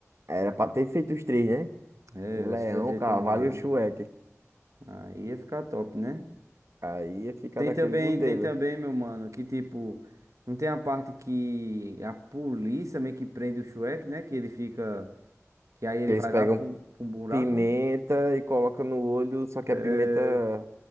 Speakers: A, on the right; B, on the right.
A: Era pra ter feito os três, né?
B: É,
A: O
B: era
A: leão,
B: cheio de
A: o cavalo
B: tomado.
A: e o chueque.
B: Aí ia ficar top, né?
A: Aí ia ficar
B: Tem
A: daquele
B: também,
A: modelo.
B: tem também, meu mano, que tipo, não tem a parte que a polícia meio que prende o Shrek, né? Que ele fica, que aí ele
A: Que eles
B: vai
A: pegam
B: lá pra um, pra um buraco,
A: pimenta e colocam no olho, só que
B: é,
A: é pimenta